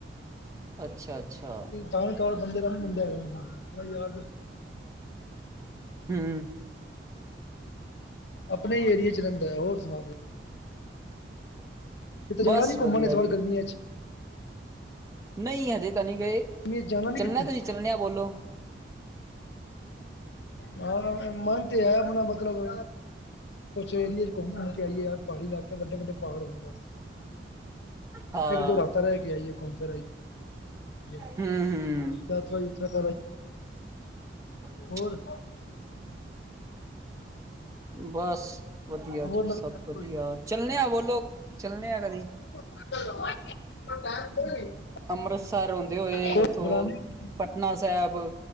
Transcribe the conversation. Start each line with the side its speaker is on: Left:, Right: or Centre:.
Right: ਅੱਛਾ ਅੱਛਾ
Left: ਜਾਣਕਾਰ ਬੰਦੇ ਦਾ ਮੁੰਡਾ ਹੈ ਯਾਰ ਦੋਸਤ।
Right: ਹੂੰ
Left: ਆਪਣੇ ਈ ਏਰੀਏ ਚ ਰੈਂਦਾ ਐ ਹੋਰ ਸਣਾਓ ਤੁਸੀਂ? ਕਿਤੇ ਜਾਣਾ
Right: ਬਸ
Left: ਨੀ
Right: ਵਧੀਆ
Left: ਘੁੰਮਣ ਏਸ ਵਾਰ ਗਰਮੀਆਂ ਚ?
Right: ਨਈਂ ਹਜੇ ਤਾਂ ਨਈਂ ਗਏ,
Left: ਗਰਮੀਆਂ ਚ ਜਾਣਾ ਨਹੀਂ
Right: ਚੱਲਨਾ
Left: ਕਿਤੇ
Right: ਤੁਸੀਂ ਚੱਲਣਿਆ ਬੋਲੋ?
Left: ਹਾਂ ਮਨ ਤੇ ਹੈ ਆਪਣਾ ਮਤਲਬ, ਕੁਛ ਏਰੀਏ ਚ ਘੁੰਮ-ਘੁੰਮ ਕੇ ਆਈਏ ਯਾਰ ਪਹਾੜੀ ਇਲਾਕੇ ਵੱਡੇ-ਵੱਡੇ ਪਹਾੜ ਹੋਣ ਬਸ।
Right: ਹਾਂ
Left: ਇੱਕ-ਦੋ ਰਾਤਾਂ ਰੈਅ ਕੇ ਆਈਏ ਘੁੰਮ-ਫਿਰ ਆਈਏ।
Right: ਹੂੰ ਹੂੰ
Left: ਯਾਤਰਾ-ਯੂਤਰਾ ਕਰ ਆਈਏ।
Right: <inaudible>
Left: ਹੋਰ?
Right: ਬਸ ਵਦੀਆ ਜੀ
Left: ਹੋਰ ਨਵੀਂ-
Right: ਸਬ ਵਦੀਆ, ਚੱਲਨੇ ਆ ਬੋਲੋ ਚੱਲਨੇ ਆ ਕਦੀ।
Left: <inaudible>
Right: ਅੰਮ੍ਰਿਤਸਰ ਹੁੰਦੇ ਹੋਏ
Left: ਕੋਈ
Right: ਉੱਥੋਂ,
Left: ਪੁਰਾਣੀ
Right: ਪਟਨਾ ਸੈਬ।